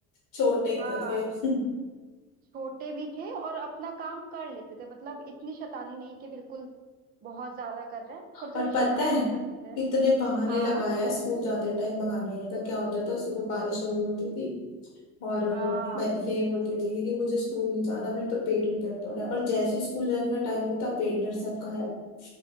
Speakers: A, on the left; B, on the right.
A: छोटे ही
B: हाँ
A: तो थे <laughs>
B: छोटे भी थे और अपना काम कर लेते थे मतलब इतनी शैतानी नहीं कि बिल्कुल बहुत ज्यादा कर रहे हैं थोड़ी
A: और
B: थोड़ी
A: पता
B: शैतानी
A: है
B: भी करते थे
A: इतने बहाने
B: हाँ
A: लगाया
B: हाँ
A: है स्कूल जाते टाइम बहाने मतलब क्या होता था सुबह बारिश हो रही होती थी और अ,
B: हाँ
A: मैं यही बोलती थी कि मुझे स्कूल नहीं जाना मेरे तो पेट में दर्द हो रहा है और जैसे ही स्कूल जाने का टाइम होता पेट दर्द सब गायब